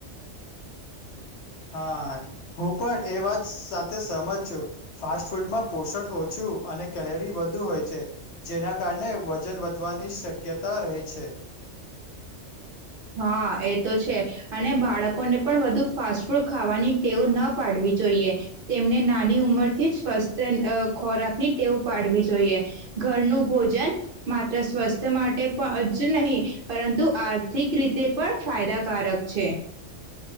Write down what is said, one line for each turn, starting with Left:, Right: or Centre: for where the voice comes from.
Left: હા હું પણ એ વાત સાથે સહમત છું ફાસ્ટ ફૂડમાં પોષણ ઓછું અને કેલરી વધુ હોય છે, જેના કારણે વજન વધવાની શક્યતા રહે છે.
Right: હા એ તો છે અને બાળકોને પણ વધુ ફાસ્ટ ફૂડ ખાવાની ટેવ ન પાડવી જોઈએ. તેમને નાની ઉંમરથી જ સ્વસ્થ અ ખોરાક ની ટેવ પાડવી જોઈએ. ઘરનું ભોજન માત્ર સ્વસ્થ માટે પણ જ નહીં પરંતુ આર્થિક રીતે પણ ફાયદાકારક છે.